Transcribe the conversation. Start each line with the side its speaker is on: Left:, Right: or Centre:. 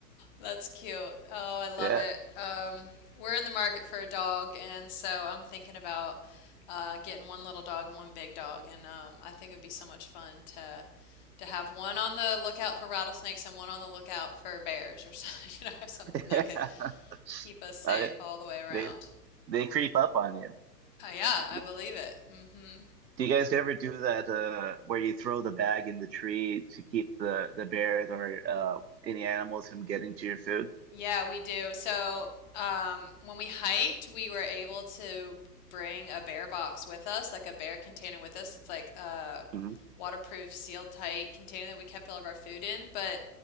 Left: That's cute. Oh, I love
Right: Yeah.
Left: it. Um, we're in the market for a dog, and so I'm thinking about uh, getting one little dog and one big dog, and um, I think it'd be so much fun to to have one on the lookout for rattlesnakes and one on the lookout for bears, or something, <laughs> you know, something
Right: <laughs>
Left: that could keep us safe
Right: Uh,
Left: all the way around.
Right: they they creep up on you.
Left: Uh, yeah, I
Right: Do
Left: believe it. hmm
Right: you guys ever do that uh, where you throw the bag in the tree to keep the the bears or uh, any animals from getting to your food?
Left: Yeah, we do. So, um, when we hiked, we were able to bring a bear box with us, like a bear container with us. It's like a
Right: Mhm.
Left: waterproof, sealed tight container that we kept all of our food in. But